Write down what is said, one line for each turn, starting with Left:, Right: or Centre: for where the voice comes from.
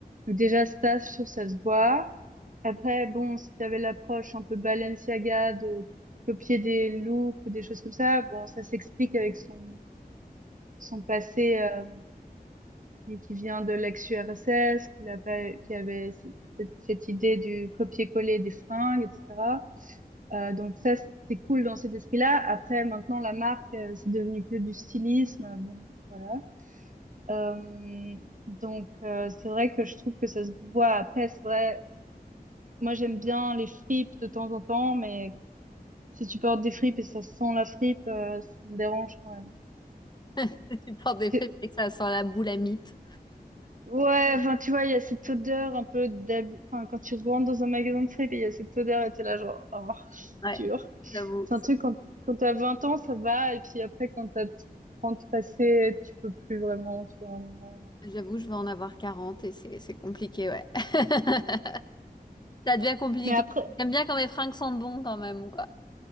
Right: Donc déjà, ça, je trouve ça se voit. Après, bon, si t'avais l'approche un peu Balenciaga de copier des looks ou des choses comme ça, bon, ça s'explique avec son, son passé, euh, qui qui vient de l'ex-URSS, qu'il a pas, qui avait cette, cette cette idée du copier-coller des fringues, etc. Euh, donc ça, c'est cool dans cet esprit-là. Après, maintenant, la marque, euh, c'est devenu que du stylisme. Bon, voilà. Euh, donc, euh, c'est vrai que je trouve que ça se voit. Après, c'est vrai, moi, j'aime bien les fripes de temps en temps, mais si tu portes des fripes et ça sent la fripe, euh, ça me dérange quand même.
Left: <laughs> Tu portes des
Right: C'est-
Left: fripes et que ça sent la boule à mythe.
Right: Ouais, enfin, tu vois, il y a cette odeur un peu d'abus. Enfin, quand tu rentres dans un magasin de fripes, il y a cette odeur et t'es là, genre, oh, c'est
Left: ouais,
Right: dur.
Left: j'avoue.
Right: C'est
Left: c'est-
Right: un truc, quand, quand t'as 20 ans, ça va, et puis après, quand t'as 30 passé, tu peux plus vraiment, tu vois, à un moment.
Left: J'avoue, je vais en avoir quarante et c'est c'est compliqué, ouais. <laughs> Ça devient compliqué.
Right: Mais après,
Left: J'aime bien quand mes fringues sentent bon quand même, quoi.